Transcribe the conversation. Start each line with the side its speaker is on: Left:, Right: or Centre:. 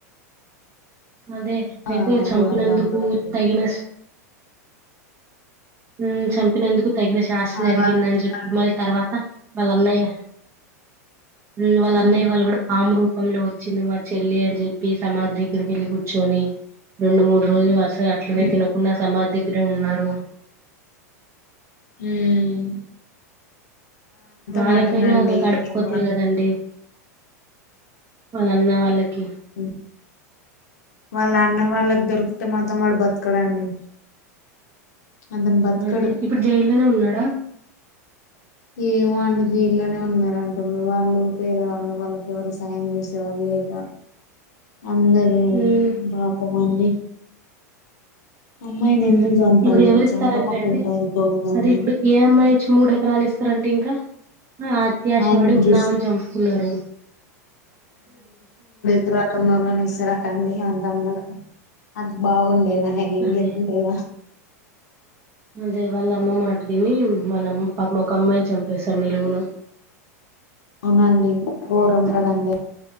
Right: అదే అయితే
Left: ఆ
Right: చంపినందుకు
Left: కూర చంపుడండి
Right: తగిన ఊమ్ చంపినందుకు తగిన శాస్సి
Left: అవంతా
Right: జరిగిందని చెప్పి
Left: నాటు.
Right: మళ తర్వాత వాళ్ళ అన్నయ్య ఊం వాళ్ళ
Left: ఉమ్
Right: అన్నయ్య వాళ్ళు గూడా పాము రూపంలో వచ్చింది మా చెల్లి అని చెప్పి సమాద్దెగ్గరికెళ్ళి కూర్చోని రెండు మూడు రోజులు వరుసగా అట్లనే
Left: ఉమ్
Right: తినకుండా సమాధి దగ్గరే ఉన్నారు
Left: ఊమ్
Right: వాళ్ళకైనా
Left: నాటనండి
Right: ఒగ కడుపు కోతే
Left: వా-
Right: కదండి వాళ్ళ అన్న వాళ్ళకి
Left: ఉ వాళ్ళ అన్న వాళ్ళక్ దొరుక్తే మాత్రం వాడు బతకడండి అతను బతకడు
Right: అదే ఇప్పుడు జైల్లోనే ఉన్నాడా
Left: ఏమో అండి జైల్లోనే ఉన్నారంటుర్రు వాళ్ళు పేదవాళ్ళు వాళ్ళకి ఎవరు సాయం చేస్ ఎవరు లేక అందరు
Right: ఉమ్
Left: పాపమండి అమ్మాయిని
Right: ఉమ్
Left: ఎందుకు చంపాలి
Right: ఇప్పుడు ఎవరిత్తారంట
Left: చంపకుండా
Right: అండి
Left: అయిపోగదండి
Right: అదే ఇప్పుడు ఏ అమ్మాయి వచ్చి మూడు ఎకరాలు ఇస్తారండి ఇంకా అఆ అత్యాసపడి
Left: ఆయనను
Right: ఉన్నా
Left: చూసి
Right: ఆమెని చంపుకున్నారు
Left: <unintelligible> నోళ్ళని ఇస్తరట అండి అంత అందగ అంత బాగుండేన ఏం <unintelligible>
Right: అదే
Left: ఎలా
Right: అదే వాళ్ళ అమ్మ మాట విని వాళ్ళమ్మ పాపం ఒక అమ్మాయిని చంపేశాడు నిలువున
Left: అవునా అండి గోరం కదండి